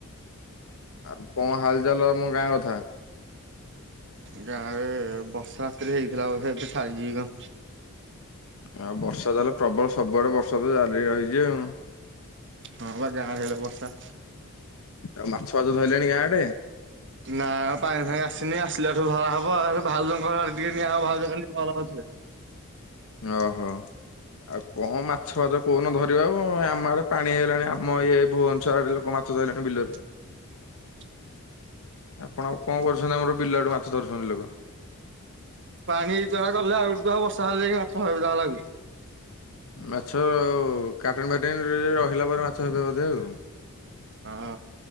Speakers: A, on the left; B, on the right.
A: ଆଉ କଣ ହାଲଚାଲ ଆମ ଗାଁ କଥା?
B: ଗାଁ ରେ ବର୍ଷା ରାତିରେ ହେଇଥିଲା ବୋଧେ ଏବେ ଛାଡ଼ିଛିକି
A: ଆଉ ବର୍ଷା ତାହେଲେ ପ୍ରବଳ ସବୁଆଡେ ବର୍ଷା ତ ଜାରି ରହିଛି ଆଉ।
B: ହଁ ବା ଗାଁ ଆଡେ ବର୍ଷା।
A: ଆଉ ମାଛ ଫାଛ ଧଇଲେଣି ଗାଁ ଆଡେ?
B: ନା ପାଣି ଫାଣି ଆସିନି ଆସିଲେ ଏଠୁ ଧରା ହବ ଆ ଭାଉଜଙ୍କ ଘର ଆଡେ ଟିକେ ନିଆ ହବ ଭାଉଜ କାଲି ଫୋନ୍ କରିଥିଲେ।
A: ଓହୋ। ଆଉ କଣ ମାଛ ଫାଛ କହୁନ ଧରିବା ଆଉ ଆମ ଆଡେ ପାଣି ହେଇଲାଣି ଆମ ଏଇ ଭୁବନେଶ୍ଵର ଆରେ ଲୋକ ମାଛ ମାଛ ଧଇଲେଣି ବିଲରୁ।
B: <inaudible>
A: ଆପଣ କଣ କରୁଛନ୍ତି ଆମର ବିଲାଆଡେ ମାଛ ଧରୁଛନ୍ତି ଲୋକ।
B: ପାଣି <unintelligible> ବର୍ଷା ହେଲେ ଯାଇ ମାଛ ହବେ ଯାହା ଲାଗୁଛି।
A: ମାଛ ଆ କାଟଣ ଫାଟିନରେ ରହିଲା ପରେ ମାଛ ହେବେ ବୋଧେ ଆଉ
B: ହଁ